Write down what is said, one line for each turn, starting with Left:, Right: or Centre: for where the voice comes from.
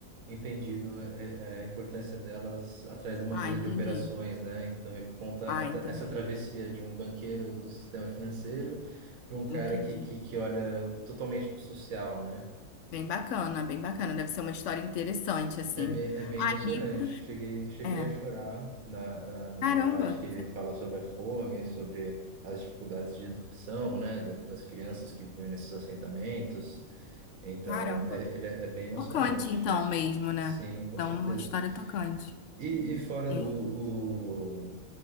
Right: entendido é, é, a importância delas atrás de uma
Left: Ah,
Right: mesa
Left: entendi.
Right: de operações, né? Então ele conta
Left: Ah,
Right: a
Left: entendi.
Right: tra- essa travessia de um banqueiro do sistema financeiro para um cara
Left: Entendi.
Right: que, que, que olha totalmente para o social, né?
Left: Bem bacana, bem bacana. Deve ser uma história interessante, assim.
Right: É bem, é bem
Left: Ah,
Right: emocionante.
Left: livros.
Right: Cheguei, cheguei
Left: É.
Right: a chorar na, na, na
Left: Caramba,
Right: parte que ele fala sobre a fome, sobre as dificuldades de educação, né? da- Das crianças que vivem nesses assentamentos. Então,
Left: caramba.
Right: é, é, ele é bem emocionante.
Left: Tocante, então, mesmo, né?
Right: Sim, com
Left: Então,
Right: certeza.
Left: uma história tocante.
Right: E, e fora do,
Left: É.
Right: o,